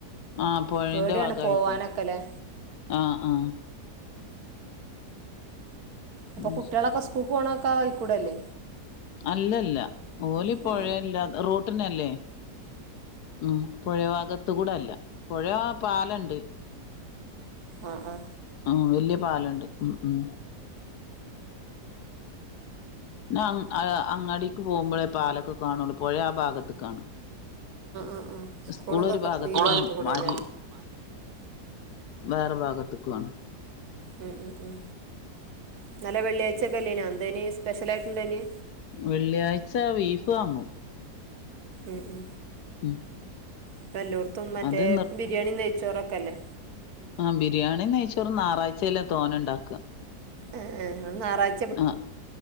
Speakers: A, on the left; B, on the right.
A: ആഹ് പൊഴേന്റെ
B: പേടിയാണ്
A: ഭാഗായിട്ട്
B: പോവാനൊക്കെല്ലേ
A: ആഹ് ആഹ്
B: അപ്പൊ
A: അത്
B: കുട്ടിയളൊക്കെ
A: ശ
B: സ്കൂക്ക് പോണൊക്കെ അയിക്കൂടല്ലേ
A: അല്ലല്ല ഓല് പൊഴിയല്ല
B: ഉം
A: റോട്ടിനല്ലേ ഉം പൊഴ ഭാഗത്ത് കൂടല്ല പൊഴ പാലണ്ട്
B: ആഹ് ആഹ്
A: ആഹ് വല്ല്യ പാലണ്ട് ഉം ഉം നാം ആയ അങ്ങാടിക്ക് പോകുമ്പഴേ പാലൊക്കെ കാണുള്ളൂ പൊയ ആ ഭാഗത്ത്ക്കാണ്
B: ആ ആ സ്കൂളും
A: ഇസ്കൂള്
B: ഇതൊക്കെ
A: ഒരു ഭാഗത്ത്ക്കും
B: ഈ ഭാഗത്ത് കൂടെല്ലേ
A: മാരി വേറെ ഭാഗത്തുക്കാണ്
B: ഉം ഉം ഉം ഇന്നലെ വെള്ളിയാഴ്ചൊക്കെല്ലേനൊ എന്തേനി സ്പെഷ്യലായിട്ട്ണ്ടേനി
A: വെള്ളിയാഴ്ച വീഫ് വാങ്ങും
B: ഉം ഉം
A: ഉം
B: ഇപ്പല്ലോടത്തും മറ്റേ
A: അത്
B: ബിരിയാണീം നെയ്ച്ചോറൊക്കല്ലേ
A: ആഹ് ബിരിയാണീം നെയ്ച്ചോറും നാറാഴ്ച്ചേലാ തോനെണ്ടാക്കാ
B: ഏഹ് ഏഹ് ഇങ്ങള് ന്നാറായി
A: ആഹ്